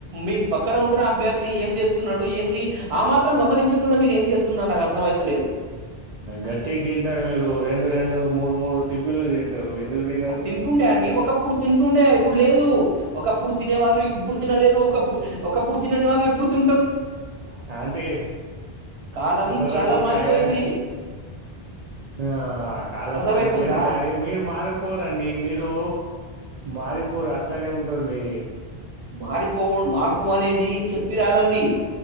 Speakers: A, on the right; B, on the right.
A: మీ పక్కన ఉంటున్న అభ్యర్థి ఏం చేస్తున్నాడు ఏమిది ఆ మాత్రం గమనించకుండా మీరు ఏం చేస్తున్నారు నాకు అర్థం అయితలేదు
B: గట్టికి తింటారు మీరు రెండు రెండు మూడు మూడు టిఫిన్లు తింటారు ఎందుకు తినరు
A: తింటుండే అండి ఒకప్పుడు తింటుండే అ ఇప్పుడు లేదు ఒకప్పుడు తినే వాళ్ళు ఇప్పుడు తినలేరు ఒకప్పు ఒకప్పుడు తినని వాళ్ళు ఇప్పుడు తి
B: అంటీ
A: కాలం
B: సరే
A: చాలా
B: గోక ఒక
A: మారిపోయింది.
B: కాయ ఆ ఆ కాలం
A: అర్థమైతుందా?
B: మారిపోయింది కానీ మీరు మారు పోరండి మీరు మారిపోరు అట్లనే ఉంటారు మీరి
A: మారిపోవుడు మార్పు అనేది చెప్పి రాదండి